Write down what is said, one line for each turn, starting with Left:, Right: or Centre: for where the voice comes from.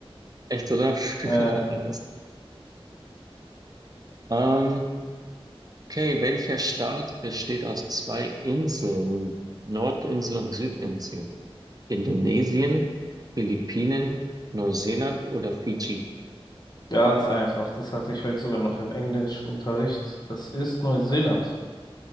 Right: Echt, oder? <laughs>
Left: Äh,
Right: Nice. Ähm, okay, welcher Staat besteht aus zwei Inseln? Nordinsel und Südinsel. Indonesien, Philippinen, Neuseeland oder Fidschi?
Left: ganz einfach. Das hatte ich heute sogar noch im Englischunterricht. Das ist Neuseeland.